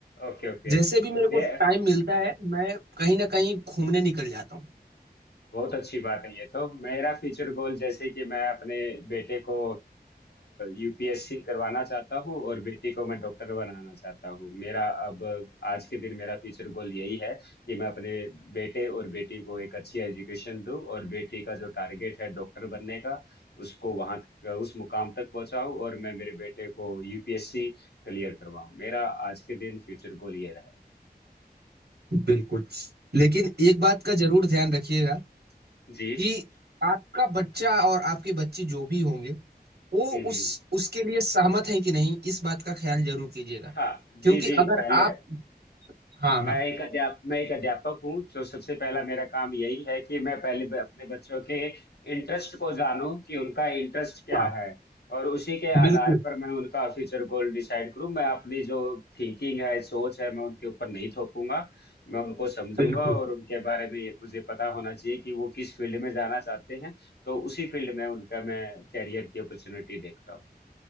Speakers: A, on the left; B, on the right.
A: ओके ओके
B: जैसे
A: ओके
B: भी मेरे
A: ये
B: को टाइम मिलता है मैं कहीं ना कहीं घूमने निकल जाता हूँ
A: बहुत अच्छी बात है ये तो मेरा फ्यूचर गोल जैसे कि मैं अपने बेटे को यूपीएससी करवाना चाहता हूँ और बेटी को मैं डॉक्टर बनाना चाहता हूँ मेरा अब आज के दिन मेरा फ्यूचर गोल यही है कि मैं अपने बेटे और बेटी को एक अच्छी एजुकेशन दूँ और बेटी का जो टारगेट है डॉक्टर बनने का उसको वहाँ उस मुकाम तक पहुँचाऊँ और मैं मेरे बेटे को यूपीएससी क्लियर करवाऊँ मेरा आज के दिन फ्यूचर गोल ये रहा है
B: बिल्कुल लेकिन एक बात का जरूर ध्यान रखिएगा
A: जी
B: कि आपका बच्चा और आपके बच्चे जो भी होंगे वो
A: हम्म
B: उस उसके लिए सहमत हैं कि नहीं इस बात का ख्याल जरूर कीजिएगा
A: हाँ
B: क्योंकि
A: जी जी
B: अगर
A: पहले
B: आप हाँ हाँ
A: मैं एक अध्याप मैं एक अध्यापक हूँ तो सबसे पहला मेरा काम यही है कि मैं पहले ब- अपने बच्चों के इंटरेस्ट को जानूं कि उनका इंटरेस्ट क्या
B: हाँ
A: है और उसी के आधार
B: बिल्कुल
A: पर मैं उनका फ्यूचर गोल डिसाइड करूँ मैं अपनी जो थिंकिंग है सोच है मैं उनके ऊपर नहीं थोपूंगा मैं उनको समझूंगा
B: बिल्कुल
A: और उनके बारे में ये- मुझे पता होना चाहिए कि वो किस फील्ड में जाना चाहते हैं तो उसी फील्ड में उनका मैं कैरियर की अपॉर्चुनिटी देखता हूँ